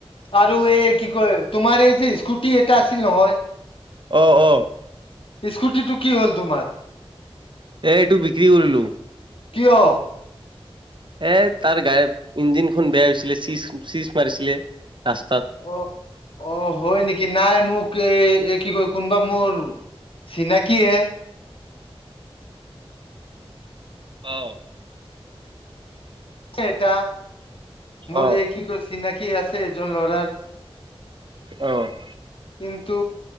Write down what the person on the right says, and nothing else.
অ' অ
এইটো বিক্ৰী কৰিলো।
এ তাৰ গাইপ ইঞ্জিনখন বেয়া হৈছিলে, চিচ চিচ মাৰিছিলে ৰাস্তাত।
অহ ',
অ',
অহ ',